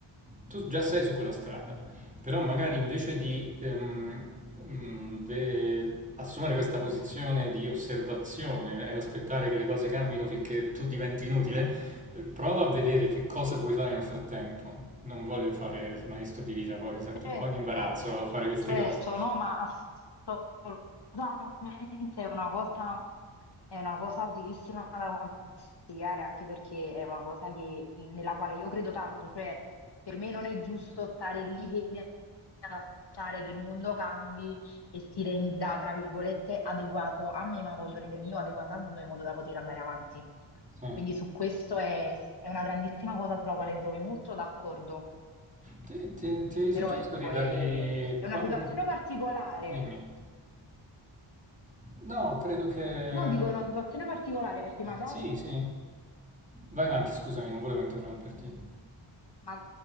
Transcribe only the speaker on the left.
Certo,
certo,
no, ma assolutamente è una cosa, è una cosa utilissima da consigliare, anche perché è una cosa che- nella quale io credo tanto, cioè per me non è giusto stare lì fermi ad aspettare che il mondo cambi e si renda, tra virgolette, adeguato a me, ma voglio rendermi io adeguata al mondo in modo da poter andare avanti.
Quindi su questo è è una grandissima cosa sulla quale mi trovi molto d'accordo.
Però
ecco,
è, è
una situazione
particolare.
No, dico è una situazione particolare perché magari
Ma-